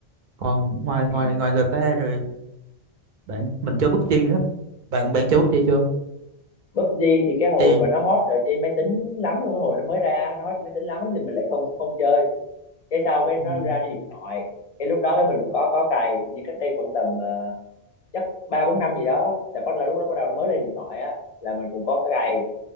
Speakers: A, on the right (about 55°); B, on the left (about 45°).
A: còn ngoài
B: ừ.
A: ngoài ngoài người ta rồi bạn mình chơi PUBG nữa bạn bạn chơi PUBG chưa
B: PUBG thì cái hồi
A: thì
B: mà nó hot ở trên máy tính lắm luôn cái hồi nó mới ra nó hot trên máy tính lắm á thì mình lại không không chơi cái sau cái
A: ừ,
B: nó ra cái điện thoại cái lúc đó cái mình cũng có có cày như cách đây khoảng tầm ờ, chắc ba bốn năm gì đó là bắt là lúc đó bắt đầu nó mới lên điện thoại á là mình cũng có cái cày